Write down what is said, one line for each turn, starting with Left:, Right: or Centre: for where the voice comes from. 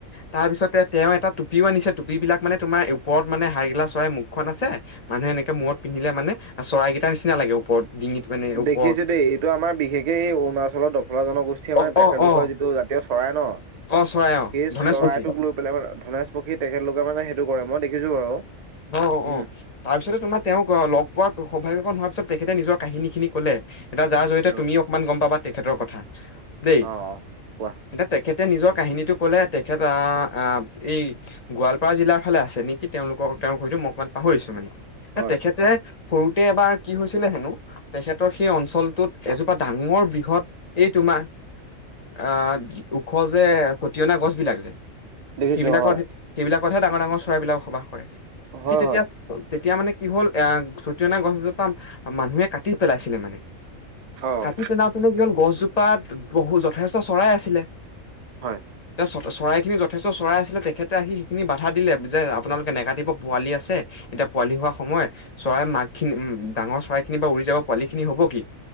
Left: তাৰ পিছতে তেওঁ এটা টপি আনিছে ুপিব বিাক মানে তোমাৰ ওপৰত মানে হাইগিলা চই মুখখনছে মানুহে এনেক মূৰত পিন্ধিলে মানে চৰাইকেইাৰ নিচিনা লাগে ওপৰত ডিঙিত মানে ওপৰত
Right: দেখিছো দেই এইটো আমাৰ বিশেষকে এই অৰুণাচলৰ দফলা জনগোষ্ঠীয়ে
Left: অ
Right: মানে তেখেতলোকৰ
Left: অ অ
Right: যিটো জাতি এ চৰাই ন
Left: অ চৰাই অ
Right: সেই
Left: ধনেশ
Right: চৰাইটোক
Left: পক্ষী
Right: লৈ পেলাই আমাৰ ধনেশ প সেই তেখেত লোকে মানে হেতু কৰে ম দেখিছো বাৰু
Left: অ
Right: উম
Left: অ তাৰপিছতে তোমাৰ তেওঁক লগ পোৱাৰ সৌভাগ্য কন হোৱাত পিছত তেখেতে নিজৰ কাহিনী খিনি কলে এতিয়া যাৰ জৰিয়তে
Right: অ
Left: তুমি অকমান গম পাবা তেখেতৰ ক দেই
Right: অ কোৱা
Left: এতিয়া তেখেত তে নিজৰ কাহিনীটো ক'লে তেখেত আহ এই গোৱালপাৰা জিলাৰ ফালে আছে নেকি তেওঁলোক। তেওঁৰ হয়তো মোক অকমান পাহৰিছো মানে
Right: হয়
Left: তেখেতে সৰুতে এবাৰ কি হৈছিলে হেনো তেখেতৰ সেই অঞ্চলটোত এজুপা ডাঙৰ বৃহৎ এই তোমাৰ অ ওখ যে ছটিয়না গছ বিলাক যে
Right: দেখিছো
Left: সেইবিলাকত
Right: হয়
Left: হে সেইবিলাকতহে ডাঙৰ ডাঙৰ চৰাইবিলাক বসবাস কৰে সি
Right: হয়
Left: তেতিয়া
Right: হয়
Left: তেতিয়া মানে কি হ'ল এ ছটিয়না অনা গছ জোপা মানুহে কাটি পেলাইছিলে মানে
Right: অ হয়
Left: কাটি পেলওতেনো কি হ'ল গছজোপাত বহু যথেষ্ট চৰাই আছিলে
Right: হয়
Left: এতিয়া চ চৰাইখিনি যথেষ্ট চৰাই আছিলে তেখেতে আহি সেইখিনি বাধা দিলে যে আপোনালোকে নে কাট তিব পোৱালি আছে এতিয়া পোৱালি হোৱা সময়ত চৰাই মাক খিনি উম ডাঙৰ চৰাই খিনি বা উৰি যাব পোৱালি খিনি কি হ'ব কি